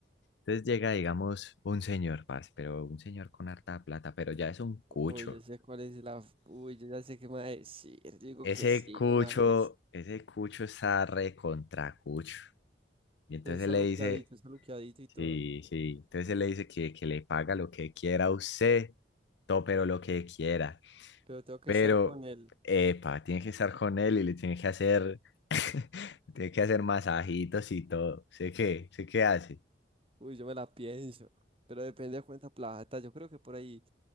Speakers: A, on the left; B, on the right.
A: Entonces llega, digamos, un señor, parce, pero un señor con harta plata, pero ya es un cucho.
B: Uy, ya sé cuál es la. Uy, yo ya sé qué me va a decir. Digo
A: Ese
B: que sí,
A: cucho,
B: una vez.
A: ese cucho está re contra cucho. Y entonces
B: Pero está
A: él le
B: luqueadito,
A: dice,
B: está luqueadito y
A: sí,
B: todo.
A: sí, entonces él le dice que, que le paga lo que quiera a usted, todo, pero lo que quiera.
B: Pero tengo que
A: Pero,
B: estar con él.
A: epa, tiene que estar con él y le tiene que hacer <laughs> Tiene que hacer masajitos y todo. ¿Sé qué? ¿Sé qué hace?
B: Uy, yo me la pienso. Pero depende de cuánta plata. Yo creo que por ahí